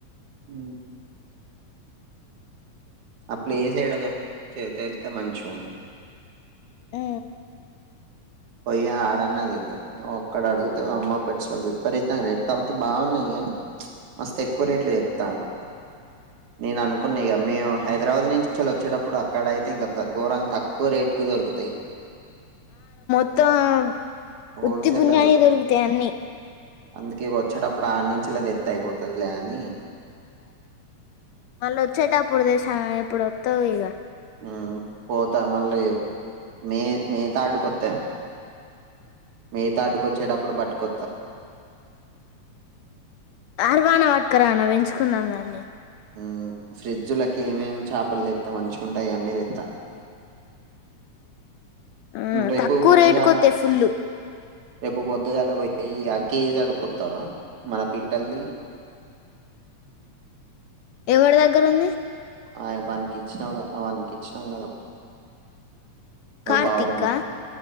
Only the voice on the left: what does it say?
ఊ
త్తం ఉత్తి
పుణ్యానికి
దొరుకుతాయి అన్నీ
మళ్ళ వచ్చేటప్పుడు దే షామి అప్పుడు వత్తాదిగా
అర్వాన వట్కరా నా పెంచుకుందాం దాన్ని
ఆ
తక్కువ
రేటుకోతైయి ఫుల్
ఎవడి దగ్గర ఉంది
కార్తిక్
ఆ